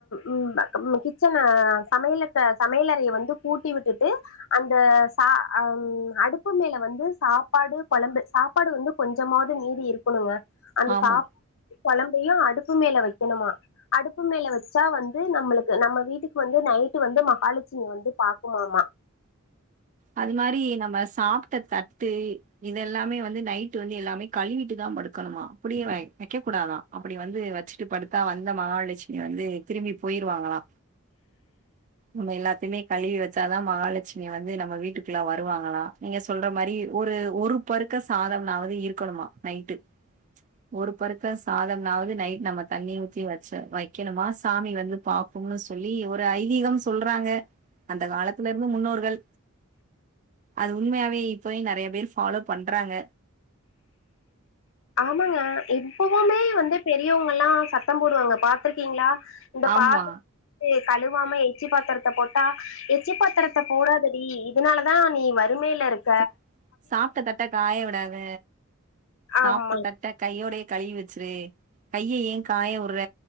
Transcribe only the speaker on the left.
ம் ம் கிச்சன சமையலுக் சமையலறைய வந்து கூட்டி விட்டுட்டு அந்த சா அ அடுப்பு மேல வந்து சாப்பாடு கொழம்பு சா சாப்பாடு வந்து கொஞ்சமாவது மீதி இருக்கணுங்க அந்த
சாப் கொழம்பையும் அடுப்பு மேல வக்கணுமா அடுப்பு மேல வச்சா வந்து நம்மளுக்கு நம்ம வீட்டுக்கு வந்து நைட்டு வந்து மஹாலெக்ஷ் க்ஷ்மி வந்து பாக்குமாமா
ஆமாங்க இப்பவுமே வந்து பெரியவங்கல்லா சத்தம் போடுவாங்க பாத்துருக்கீங்களா இந்த
பாத்திரத்த கழுவாம எச்சி பாத்திரத்தப் போட்டா எச்சிபத்திரத்த போடாதடி இதுனாலதா நீ வறுமையில இருக்
ஆமா